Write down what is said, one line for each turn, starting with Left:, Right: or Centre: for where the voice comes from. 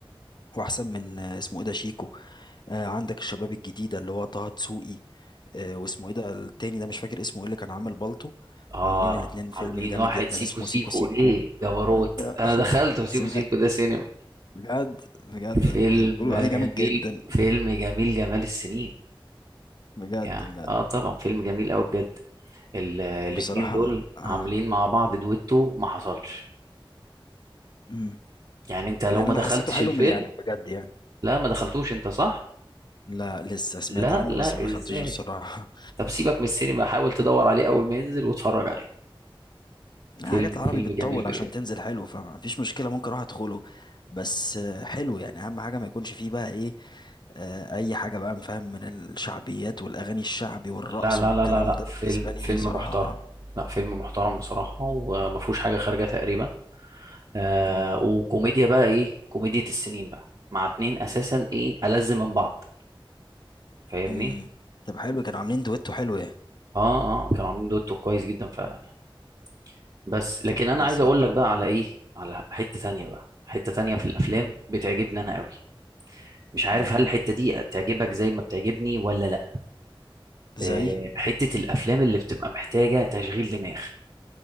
Left: واحسن من آه، اسمه ايه ده شيكو آه عندك الشباب الجديده اللي هو طه دسوقي آه واسمه ايه ده التاني ده مش فاكر اسمه ايه اللي كان عامل بالطو
Right: اه
Left: عاملين الاتنين فيلم
Right: عاملين
Left: جامد
Right: واحد
Left: جدا
Right: سيكو
Left: اسمه
Right: سيكو
Left: سيكو سيكو
Right: ايه جبروت
Left: آه،
Right: انا دخلت سيكو
Left: سمع
Right: سيكو ده سينما
Left: بجد بجد
Right: فيلم
Left: بيقولوا
Right: جميل
Left: عليه جامد جدا
Right: فيلم جميل جمال السنين
Left: بجد
Right: يعني
Left: بجد
Right: اه طبعا فيلم جميل قوي بجد ال- الاتنين
Left: بصراحه
Right: دول
Left: آه.
Right: عاملين مع بعض دويتو ما حصلش
Left: مم.
Right: يعني انت لو
Left: يعني
Right: ما
Left: انا
Right: دخلتش
Left: حسيته حلو
Right: الفيلم
Left: من الاعلان بجد يعني
Right: لا ما دخلتوش انت صح
Left: لا لسه سمعت
Right: لا
Left: عنه
Right: لا
Left: بس ما دخلتوش
Right: ازاي
Left: بصراحه
Right: طب سيبك من السينما حاول تدور عليه اول ما ينزل واتفرج عليه
Left: لا،
Right: فيلم
Left: حاجات العربي
Right: فيلم
Left: بتطول
Right: جميل بجد
Left: عشان تنزل حلو فمفيش مشكلة ممكن اروح ادخله بس آه، حلو يعني اهم حاجة ما يكونش فيه بقى ايه آه، اي حاجة بقى مفهم من الشعبيات والاغاني الشعبي والرقص
Right: لا لا
Left: والكلام
Right: لا لا لا
Left: ده
Right: فيلم
Left: بالنسبة لي
Right: فيلم
Left: صراحة
Right: محترم لا فيلم محترم بصراحة وما فيهوش حاجة خارجة تقريبا آه
Left: مم.
Right: وكوميديا بقى ايه كوميديا السنين بقى مع اتنين اساسا ايه ألذ من بعض فاهمني
Left: مم. طب حلو كانوا عاملين دويتو حلو يعني
Right: اه اه كانوا عاملين دوتو كويس جدا فعلا يعني بس لكن
Left: طب كويس
Right: انا عايز اقول
Left: جدا
Right: لك بقى على ايه على حتة تانية بقى حتة تانية في الافلام بتعجبني انا قوي مش عارف
Left: مم.
Right: هل الحتة دي تعجبك زي ما بتعجبني ولا لا
Left: زي
Right: آه، حتة الأفلام اللي بتبقى محتاجة تشغيل دماغ